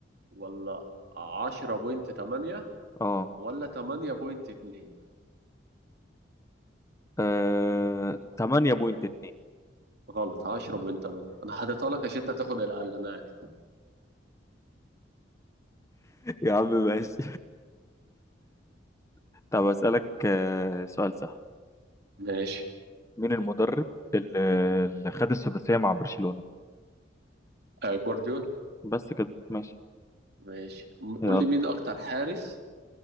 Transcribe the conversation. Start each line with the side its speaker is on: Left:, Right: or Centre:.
Right: ولا 10.8
Left: اه
Right: ولا 8.2
Left: آه، 8.2
Right: غلط 10.8 انا حاططها لك عشان انت هتاخد الاقل انا عارف
Left: <laughs> يا عم ماشي <laughs> طب أسألك آه، سؤال سهل
Right: ماشي
Left: مين المدرب اللي اللي خد السداسية مع برشلونة
Right: آه جوارديولا
Left: بس كده ماشي
Right: ماشي م- قول
Left: يلا
Right: لي مين اكتر حارس